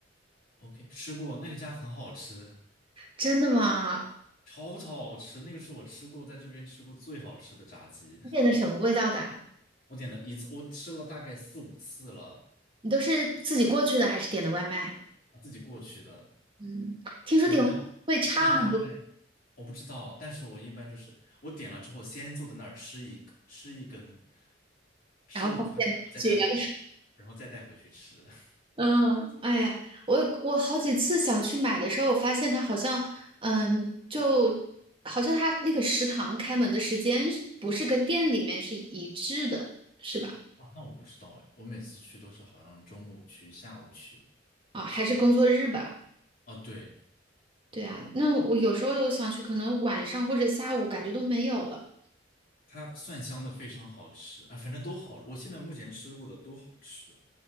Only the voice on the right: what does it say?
真的吗？
你点的什么味道的啊
你都是自己过去的还是点的外卖？
嗯，听说点外卖会差很多，
然后发现，
绝了
嗯，哎呀，我我好几次想去买的时候，我发现它好像，嗯，就好像它那个食堂开门的时间是不是跟店里面是一致的，是吧？
啊，还是工作日吧？
对啊，那我有时候我想去，可能晚上或者下午感觉都没有了。